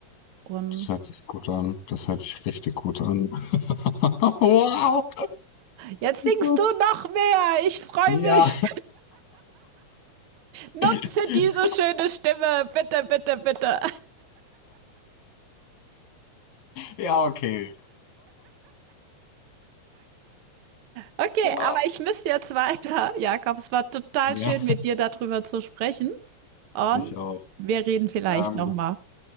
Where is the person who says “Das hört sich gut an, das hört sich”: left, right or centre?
Left